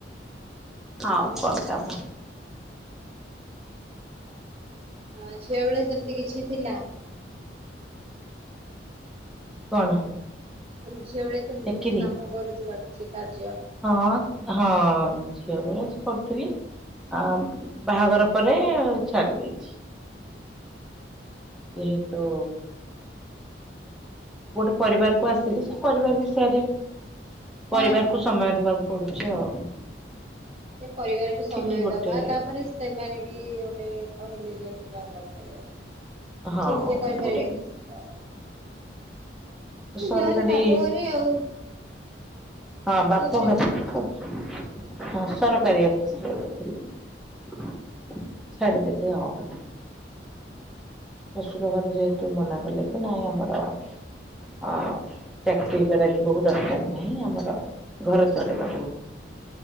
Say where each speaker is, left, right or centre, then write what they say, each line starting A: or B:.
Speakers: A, in the centre; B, on the right.
A: ଆଉ କଣ କାମ?
B: ହଁ ହଁ। ହଁ ଝିଅ ବେଳେ ସେମତି କିଛି ଥିଲା?
A: କଣ?
B: ଅଲ୍ ଝିଅବେଳେ ସେମତି
A: ଚାକିରି
B: କିଛି କାମ କରୁଥିଲ କିଛି କାର୍ଯ୍ୟ?
A: ହଁ, ହଁ ଝିଅ ବେଳେ ସ୍ କରୁଥୁଲି। ଆ ବାହାଘର ପରେ ଛାଡ଼ି ଦେଇଛି। ଯେହେତୁ ଗୋଟେ ପରିବାରକୁ ଆସିଲି ସେ ପରିବାର ବିଷୟରେ
B: ହଁ
A: ପରିବାରକୁ
B: ହଁ।
A: ସମୟ ଦବାକୁ ପଡ଼ୁଚି ଆଉ।
B: ହଁ ସେ ପରିବାରକୁ ସମୟ
A: ଥିଲି ଗୋଟେ
B: ଦବା ତାପରେ ସେମାନେ ବି ଗୋଟେ କହିଲେ ଯାଇକି ଯାହା କରିପାରିବା। ନିଜେ
A: ହଁ
B: ନିଜେ କରିପାରିବେ
A: ମୁଁ ଗୋଟେ
B: କି ତ
A: ଏ ସରକାରୀ
B: ଯାହାହେଲେ ବାପ ଘରେ ଆଉ
A: ହଁ ବାପଘର
B: କୋଉଥିରେ ଥିଲେ
A: ହଁ ସରକାରୀ ଅଫିସ୍ ରେ ଗୋଟେ ଥିଲି ଛାଡ଼ିଦେଲି ଆଉ। ଶଶୁର ଘରେ ଯେହେତୁ ମନା କଲେ କି ନାଇଁ ଆମର ଅଁ ଚାକିରୀ କଲା ବୋହୂ ଦରକାର ନାହିଁ ଆମର ଘର ଚଳେଇବା ବୋହୂ